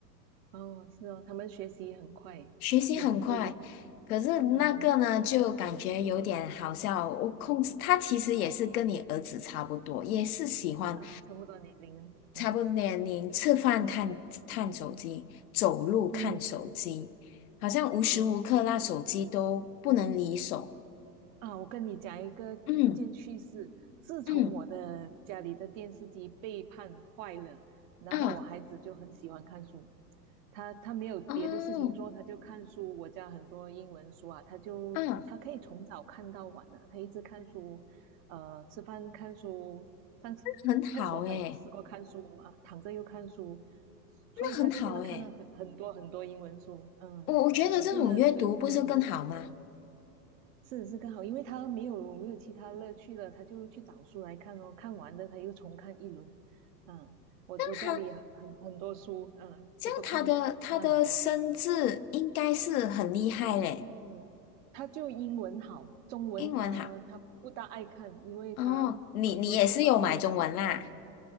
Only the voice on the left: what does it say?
学习很快。
可是那个呢，
就感觉有点好笑。我控制他其实也是跟你儿子差不多，也是喜欢。
差不多年龄，
吃饭看看手机，走路看手机，
好像无时无刻那手机都不能离手。
嗯
嗯
啊
哦
啊，那
很好诶，
那很好诶。
我我觉得这种阅读不是更好吗？
那他
这样他的他的生字应该是很厉害嘞，
英文好
哦。你你也是有买中文啦？